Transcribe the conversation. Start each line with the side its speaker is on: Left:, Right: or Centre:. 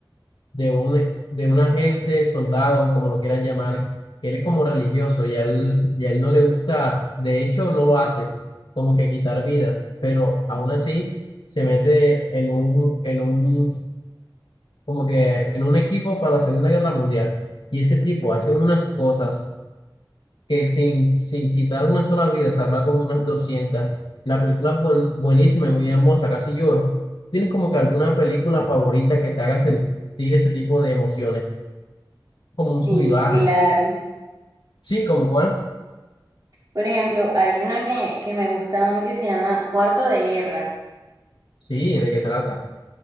Left: de un, de un agente, soldado, como lo quieran llamar, él es como religioso y a él, y a él no le gusta, de hecho no lo hace, como que quitar vidas, pero aún así se mete en un, en un, como que en un equipo para la Segunda Guerra Mundial. Y ese tipo hace unas cosas que sin, sin quitar una sola vida, salva como unas doscientas La película es buen- buenísima y muy hermosa, casi lloro. ¿Tienes como que alguna película favorita que te haga sentir ese tipo de emociones? Como un sub
Right: Sí,
Left: y baja.
Right: claro.
Left: Sí, ¿como cuál?
Right: Por ejemplo, hay una que, que me gusta mucho y se llama Cuarto de Guerra.
Left: Sí, ¿de qué trata?